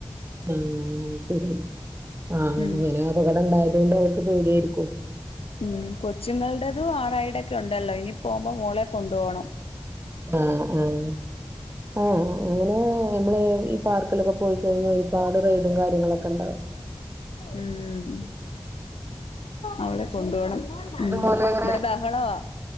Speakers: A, on the right; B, on the left.
A: ഉ ശരി ആ
B: ഉം
A: അങ്ങനെ അപ കടണ്ടായി അതുകൊണ്ട് അവർക്ക് പേടി ആയിരിക്കും
B: ഉം കൊച്ചുങ്ങൾടേതും ആറൈടൊക്കെ ഉണ്ടല്ലോ ഇനി പോകുമ്പോ മോളെ കൊണ്ടു പോകണം
A: ആഹ് ആഹ് ആഹ് അങ്ങനെ നമ്മള് ഈ പാർക്കിലൊക്കെ പോയിക്കഴി ഒരുപാട് റെയ്ഡും കാര്യങ്ങളൊക്കെ ഇണ്ടാവും
B: ഉം അവടെ കൊണ്ട പോണം ഉ
A: അതുപോലെ അങ്ങനെ
B: ഇവിടെ ബഹളവാ